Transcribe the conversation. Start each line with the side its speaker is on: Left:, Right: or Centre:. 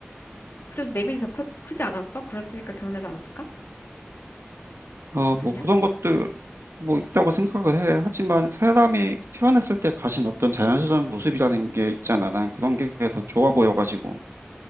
Left: 그래도 내면이 더 크, 크지 않았어? 그랬으니까 결혼하지 않았을까?
Right: 어,
Left: 아니야?
Right: 뭐 그런 것도 뭐 있다고 생각을 해. 하지만 사람이 태어났을 때 가진 어떤 자연스러운 모습이라는 게 있잖아. 난 그런 게 더 좋아 보여가지고.